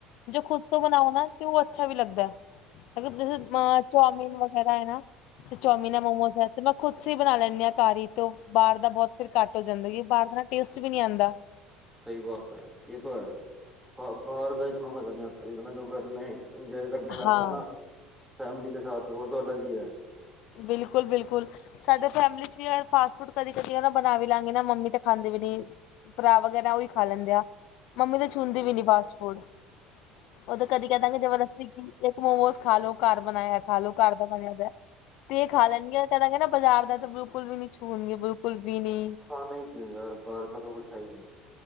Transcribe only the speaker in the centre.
ਸਹੀ ਬਾਤ ਹੈ ਇਹ ਤਾਂ ਹੈ ਬਾਹਰ ਕ ਇਤਨਾ ਮਜ਼ਾ ਨਹੀਂ ਆਤਾ ਜਤਨਾ ਜੋ ਘਰਮੇ ਇੰਜੋਏ ਕਰਨ ਕ
ਆਤਾ ਨਾ ਫੈਮਲੀ ਕੇ ਸਾਥ ਉਹ ਤਾਂ ਅਲਗ ਹੀ ਹੈ।
ਖਾਣਾ ਹੀ ਕਿਉਂ ਯਾਰ ਬਾਹਰ ਕਦੋਂ ਕੁਛ ਹੈ ਹੀ ਨਹੀਂ।